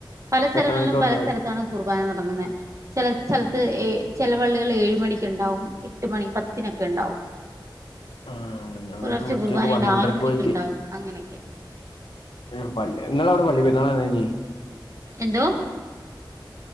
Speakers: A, on the right; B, on the left.
A: പല സ്ഥലങ്ങളിലും
B: എത്ര മണിക്ക് അവിടുന്ന്
A: പല സ്ഥലത്താണ് കുർബാന തൊടങ്ങുന്നേ ചെല ചെല ത്ത് ഏഹ് ചെല പള്ളികളില് ഏഴ് മണിക്ക് ഇണ്ടാവും എട്ട് മണി പത്തിനൊക്കെ ഇണ്ടാവും.
B: ആഹ് ഞങ്ങൾക്ക്
A: പുലർച്ചെ
B: ഉച്ചക്ക്
A: കുർബാനയുണ്ട്
B: പന്ത്രണ്ടരക്ക്
A: ആറ് മണിക്ക്
B: പോയിക്ക്
A: ഇണ്ടാവും അങ്ങനെക്കെ.
B: <unintelligible> പള്ള് ഇങ്ങളവിടെ പള്ളി പെരുന്നാള് എന്നേനി?
A: എന്തോ